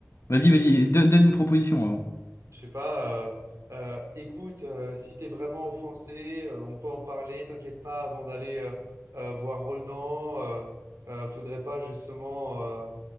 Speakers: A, on the left (about 65°); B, on the right (about 80°).
A: Vas-y, vas-y, do- donne une proposition avant.
B: je sais pas, euh, euh, écoute, euh, si t'es vraiment offensé, euh, on peut en parler, t'inquiète pas, avant d'aller euh, euh, voir Ronan, euh, euh, faudrait pas justement, euh,